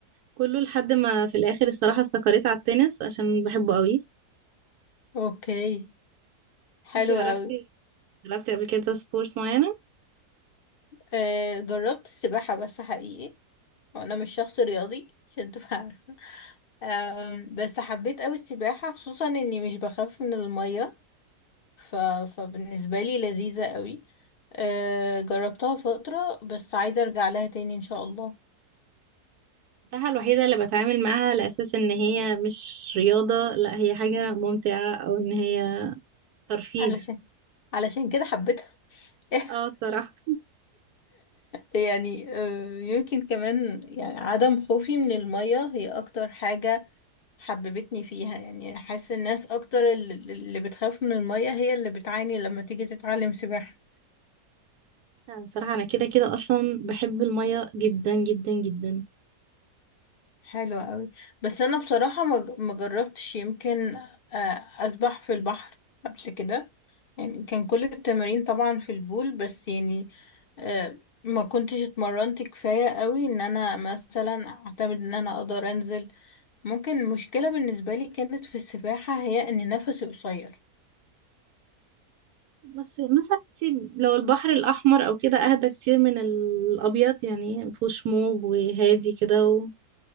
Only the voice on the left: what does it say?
اوكي حلو
قوي
آه جربت السباحة بس حقيقي وانا مش شخص رياضي عشان تبقى عارفة آم، بس حبيت قوي السباحة خصوصا اني مش بخاف من المية ف... فبالنسبة لي لذيذة قوي آه جربتها فترة بس عايزة ارجع لها تاني ان شاء الله
علشان علشان كده حبيتها <laughs>
يعني آه، يمكن كمان يعني عدم خوفي من المية هي أكتر حاجة حببتني فيها يعني حاسة الناس أكتر الل- اللي بتخاف من المية هي اللي بتعاني لما تيجي تتعلم سباحة
حلوة قوي بس أنا بصراحة ما ج- ما جربتش يمكن آه، أسبح في البحر قبل كده يعني كان كل التمارين طبعا في البول بس يعني آه، ما كنتش اتمرنت كفاية قوي ان انا مثلا اعتمد ان انا اقدر انزل ممكن المشكلة بالنسبة لي كانت في السباحة هي ان نفسي قصير